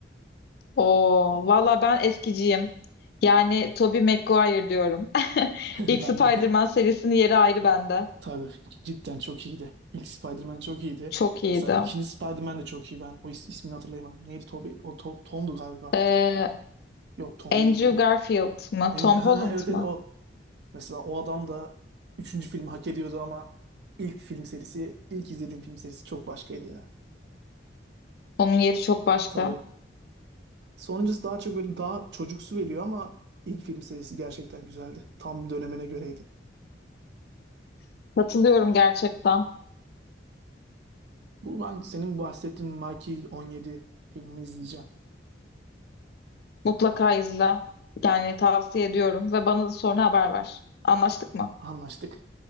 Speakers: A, on the left (about 55°); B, on the right (about 60°).
A: Oo, valla ben eskiciyim. Yani Tobey Maguire diyorum. <laughs>
B: <laughs>
A: İlk
B: Ben
A: Spider-Man
B: de
A: serisinin yeri ayrı bende.
B: Tabii cidden çok iyiydi. İlk Spider-Man çok iyiydi.
A: Çok iyiydi.
B: Mesela ikinci Spider-Man de çok iyi. Ben o is- ismini hatırlayamadım. Neydi Toby? O To- Tom'du galiba.
A: Ee,
B: Yok Tom
A: Andrew
B: değil galiba.
A: Garfield mı?
B: En-
A: Tom
B: ha,
A: Holland
B: ha, evet evet
A: mı?
B: o. Mesela o adam da üçüncü filmi hak ediyordu ama ilk film serisi, ilk izlediğim film serisi çok başkaydı ya.
A: Onun yeri çok başka.
B: Tabii. Sonuncusu daha çok böyle daha çocuksu veriyor ama ilk film serisi gerçekten güzeldi. Tam dönemine göreydi.
A: Katılıyorum gerçekten.
B: Bu ben senin bahsettiğin Mikey 17 filmini izleyeceğim.
A: Mutlaka izle. Yani tavsiye ediyorum ve bana da sonra haber ver. Anlaştık mı?
B: Anlaştık.